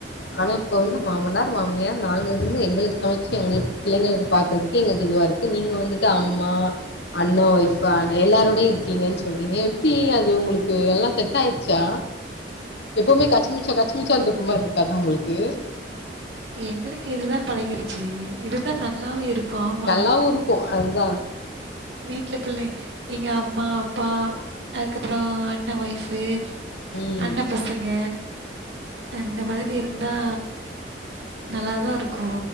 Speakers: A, on the left (about 65°); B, on the right (about 85°).
A: ஆனா இப்ப வந்து மாமனார் மாமியார் நாங்க இருந்து எங்களுக்கு சமைச்சு எங்களுக்கு பிள்ளைங்களுக்கு பாக்குறதுக்கே எங்களுக்கு இதுவா இருக்கு நீங்க வந்துட்டு அம்மா அண்ணா ஒயிஃப் எல்லாரோட இருக்கீங்கன்னு சொல் றீங்க எப்புடி அது உங்களுக்கு எல்லா செட் ஆயிச்சா எப்பவுமே கச்சி மிச்சா கச்சி மிச்சான்ற இருக்க மாரி இருக்காதா உங்களுக்கு
B: எங்களுக்கு இதுதா பழகிருச்சு இதுதா நல்லாவு இருக்கு ஆமா
A: நல்லாவு இருக்கும் அதுதா
B: வீட்ல புள்ளை எங்க அம்மா அப்பா அதுக்கப்புற அண்ண ஒய்ஃபு
A: ம்.
B: அண்ண பசங்க அந்த மாதிரி இருந்தா நல்லாதா இருக்கு